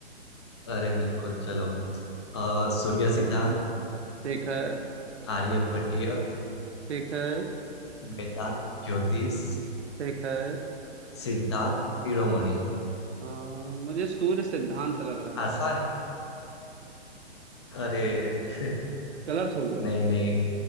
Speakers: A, on the left (about 25°); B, on the right (about 80°).
A: अरे बिल्कुल चलो अ, सूर्य सिद्धांत
B: ठीक है
A: आर्यभट्टीय
B: ठीक है
A: वेदांत ज्योतिष
B: ठीक है
A: सिद्धांत शिरोमणि
B: अ, मुझे सूर्य सिद्धांत लग रहा
A: आसान
B: है
A: है अरे <laughs>
B: गलत हो गया
A: नहीं नहीं